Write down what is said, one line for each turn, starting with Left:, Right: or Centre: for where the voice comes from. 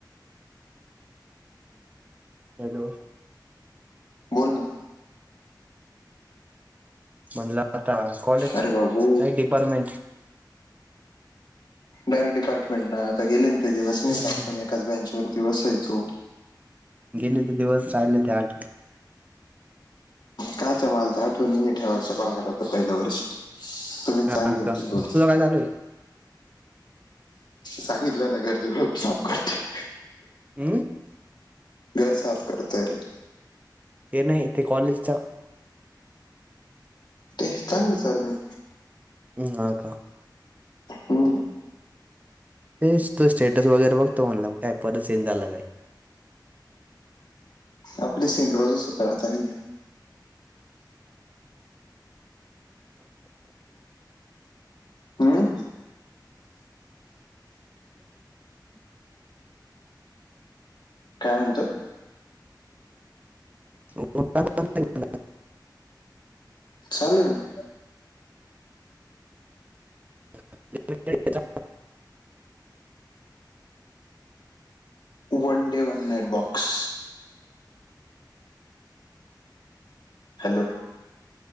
Right: हॅलो.
Left: बोल ना
Right: म्हणलं आता कॉलेज
Left: अरे बाबू
Right: काही डिपार्टमेंट.
Left: डयरेट डिपार्टमेंट ना आता गेलन ते दिवस
Right: हम्म
Left: कापका बँंच वर. दिवस यय तो.
Right: गेले ते दिवस राहिले ते आठ
Left: काचा मालत्या आठवणी नाई ठेवायच्या, भांगारात पहिल्या वर्षी. तुम्ही चांगले
Right: हा
Left: होते.
Right: का तुझं काय चालू आहे
Left: सांगितलं ना गरजूलाप साफ करते.
Right: हम्म
Left: घर साफ करत रे.
Right: ते नाही ते कॉलेजचा
Left: ते चांगलं चालूय.
Right: हा का
Left: हम.
Right: ते तो स्टेटस वगैरे बघतो ऑनला ऍपवरच सेंज झाला काय?
Left: आपले सीन रोजच होत राहत आणि हम्म? काय म्हणतो?
Right: <unintelligible>
Left: चालू आहे ना.
Right: <unintelligible>
Left: One day one night box. Hello.